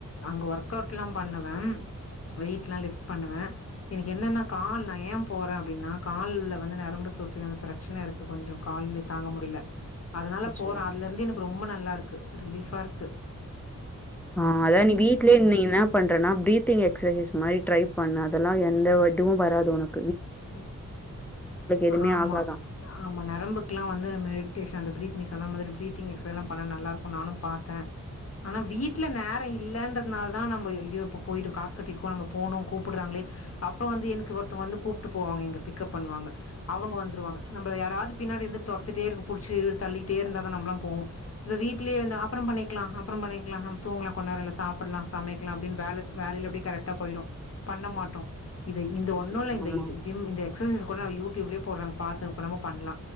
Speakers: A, on the left (about 45°); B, in the centre.
A: அங்க ஒர்க்அவுட்லா பண்ணுவே வெய்ட்லா லிஃப்ட் பண்ணுவே எனக்கு என்னென்னா கால் நா ஏன் போறேன் அப்டின்னா கால்ல வந்து நரம்பு சுற்றுன அந்த பிரச்சன இருக்கு கொஞ்ச கால்வலி தாங்க முடியல அதனால
B: அச்சச்சோ!
A: போறே அதுல இருந்து எனக்கு ரொம்ப நல்லா இருக்கு க்கு ரிலீஃபா இருக்கு
B: ஆஹ் அதா நீ வீட்லயே நீ என்ன பண்றனா பிரீத்தி்ங் எக்ஸசைஸ் மாரி ட்ரை பண்லா அதெல்லா எந்த இதுவு வராது உனக்
A: ம்
B: எதுவுமே
A: ஆமா
B: ஆகாதாம்.
A: ஆமா நரம்புக்கெல்லா வந்து மெடிேஷன் அந்த பிரீ்த்னெஸ் சொன்ன மாதிரி பிரீத்திங் எக்ஸைஸ்லா பண்ணா நல்லாருக்கும் நானும் பாத்தே ஆனா வீட்ல நேர இல்லன்றதுனாலதா நம்ம ஐயோ இப்ப போயிடு காசு கட்டிருக்கோ நம்ம போகணு கூப்டுறாங்களே அப்ப வந்து எனக்கு ஒருத்தங்க வந்து கூப்ட் ட்டு போவாங்க இங்க பிக்கப் பண்ணுவாங்க அவங்க வந்துருவாங்க நம்ப யாராவது பின்னாடி இருந்து தொரத்திட்டே இருக்னு புடிச்சு தள்ளிட்டே இருந்தாதா நம்மல்லாம் போவோ இப்ப வீட்லயே இருந்து அப்புறம் பண்ணிக்கலா அப்புறம் பண்ணிக்கலாம் நம்ம தூங்கலா கொஞ்ச நேர இல்ல சாப்படலா சமைக்கலா அப்டின்னு வேல செய் வேலைல அப்டியே கரெக்டா போயிரு பண்ண மாட்டோ இது இந்த
B: ஆமா,
A: ஒன்னுல்ல இந்த
B: ஆமா.
A: இது இந்த எக்சசைஸ் கூட நா யூடியூப்லயே போட்றாங்க பாத்து கூட நம்ம பண்லா